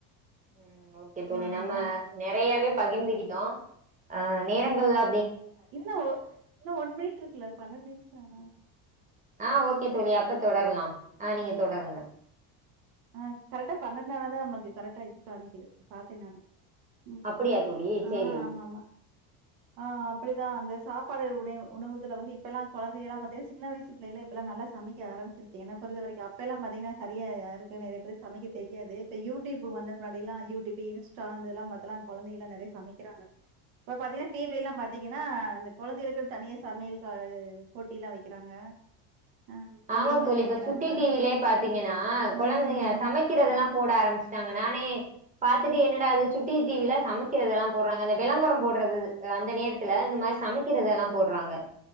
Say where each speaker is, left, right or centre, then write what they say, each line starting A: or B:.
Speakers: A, on the right (about 15°); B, on the right (about 75°).
A: உம் ஓகே தோழி
B: ஆ
A: நம்ம
B: ஆ
A: நறையாவே பகிர்ந்துகிட்டோ அஹ் நேரங்கள்லா
B: இன்னு இன்னு ஒன் மினுட் ருக் பன்னெண்டு நிமிஷதானா
A: ஆஹ் ஓகே தோழி அப்ப தொடர்லா ஆஹ் நீங்க தொடருங்க
B: ஆஹ் கரெக்ட்ட பண்ணட்டானா தா நம்மளுக்கு கரெக்டா இது காமிக்குது பாத்தே நானு உம்
A: அப்படியா தோழி
B: ஆஹ்
A: சேரி ஓகே
B: ஆமாமா ஆஹ் அப்டிதா அந்த சாப்பாடு உணை உணவுதுலா வந்து இப்பல்லா கொழந்தையெல்லா பாத்தீங்கன்ன சின்ன வயசு பிள்ளைல்லா இப்போலா சமைக்க ஆரம்பிச்சிருச்ச ஏன பொதுற வரைக்கு அப்பயெல்லா பாத்தீங்கன்னா சரியா யாருக்கு நறைய பேருக்கு சமைக்க தெரியாது இப்ப யூடியூப் வந்த முன்னாடி எல்லா யூடியூப் இன்ஸ்டா இந்த இதெல்லா பாத்து கொழந்தங்களா நறைய சமைக்கிறாங்க இப்ப பாத்தீங்கன்னா டிவலா பாத்தீங்கன்னா இந்த கொழந்தைகளுக்குனு தனிய சமையல் க போட்டியெல்லா வைக்கிறாங்க ஆ பெரியவங்களுக்கு
A: ஆமாம் தோழி
B: வை
A: இப்ப
B: வைக்கிறாங்க.
A: சுட்டி டிவிலயே பாத்தீங்கன்னா கொழந்தைங்க
B: ம். ஆமா.
A: சமைக்கிறதெல்லா போட ஆரம்பிச்சுட்டாங்க நானே ம் பாத்துட்டு என்னடா இது சுட்டி டிவிலா சமைக் கிறதுல போடுறாங்க அந்த விளம்பரம் போட் றது அந்த நேரத்துல இந்த மாரி சமைக்கிறதுதல போடுறாங்க